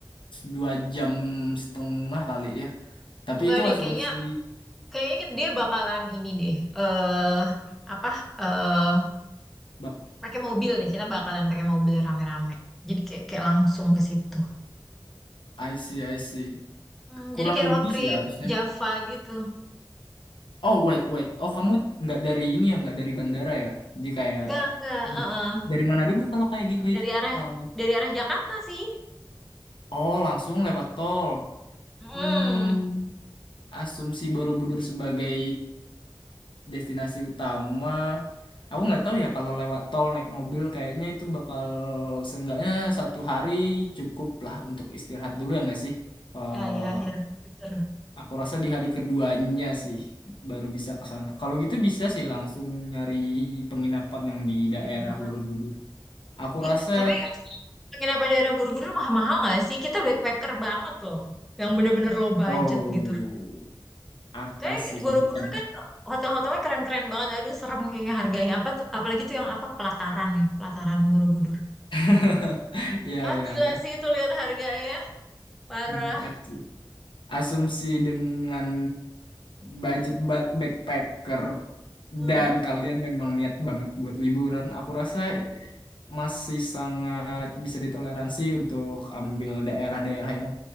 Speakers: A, on the left; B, in the centre.
A: dua jam setengah kali ya. Tapi
B: Oh, Enggak
A: itu
B: deh,
A: asumsi
B: kayaknya Kayaknya kita- dia bakalan ini deh. eh apa? eh
A: bak
B: pakai mobil deh. Kita bakalan pakai mobil rame-rame. Jadi kayak kayak langsung ke situ.
A: I see, I see.
B: Hmm,
A: Kurang
B: jadi kayak
A: lebih
B: road trip
A: sih ya harusnya.
B: Java gitu.
A: Oh wait wait, oh kamu nggak dari ini ya nggak dari bandara ya? Jadi kayak
B: Enggak, enggak.
A: dari,
B: eh, eh.
A: dari mana dulu kalau kayak gitu?
B: Dari
A: Itu?
B: arah
A: Eh,
B: dari arah Jakarta sih.
A: oh langsung lewat tol.
B: Hmm.
A: Hmm. asumsi Borobudur sebagai destinasi utama. Aku nggak tahu ya kalau lewat tol naik mobil kayaknya itu bakal seenggaknya satu hari cukup lah untuk istirahat dulu ya nggak sih? eh
B: Ya, ya, ya. Bener.
A: aku rasa di hari keduanya sih baru bisa ke sana. Kalau gitu bisa sih langsung nyari penginapan yang di daerah
B: Kayak penginapan.
A: Borobudur. Aku
B: Ih,
A: rasa
B: tapi penginapan daerah buru-buru mahal-mahal nggak sih? Kita backpacker banget loh. Yang bener-bener low budget
A: oh
B: gitu.
A: I,
B: Kayak
A: I see
B: di
A: kebayang.
B: Borobudur kan hotel-hotelnya keren-keren banget. Aduh, serem kayaknya harganya. Apa tuh- apalagi tuh yang apa pelataran ya, pelataran Borobudur.
A: <laughs> Ya
B: Ah,
A: ya
B: gila
A: ya.
B: sih itu lihat harganya. Parah.
A: Hmm, I see. asumsi dengan budget ba- backpacker
B: Heeh.
A: dan kalian memang niat banget buat liburan, aku rasa masih sangat bisa ditoleransi untuk ambil daerah-daerah yang